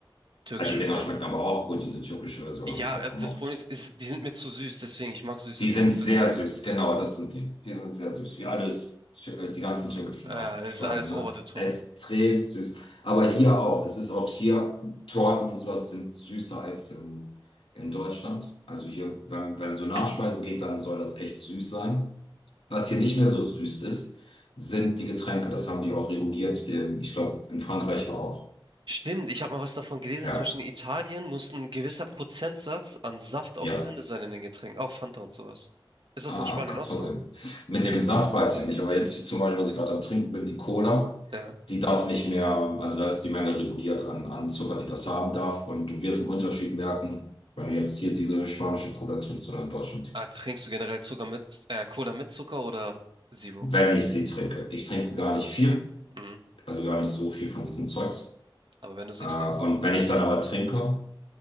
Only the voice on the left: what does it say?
Ja, die Dinger
schmecken aber auch gut. Diese türkische Version
habe ich auch
gemocht.
Die sind
sehr
süß, genau, das sind die. Die sind sehr süß, wie alles, tü- äh, die ganzen türkischen
Nachspeisen,
ne?
Extrem süß. Aber hier auch, es ist auch hier, Torten und sowas sind süßer als in, in Deutschland. Also hier, wenn, wenn so
Nachspeise geht, dann soll das echt süß sein. Was hier nicht mehr so süß ist, sind die Getränke. Das haben die auch reguliert. ähm, Ich glaube, in Frankreich auch.
Ja,
ja.
Ah,
kannst
versehen.
Mit dem Saft weiß ich nicht, aber jetzt zum Beispiel, was ich gerade am Trinken bin, die Cola,
die darf nicht mehr, also da ist die Menge reguliert an, an Zucker, die das haben darf. Und du wirst einen Unterschied merken, wenn du jetzt hier diese spanische Cola trinkst oder in Deutschland die
Cola.
Wenn ich sie trinke. Ich trinke gar nicht viel,
also gar nicht so viel von diesem Zeugs.
Äh, und
wenn ich dann aber trinke,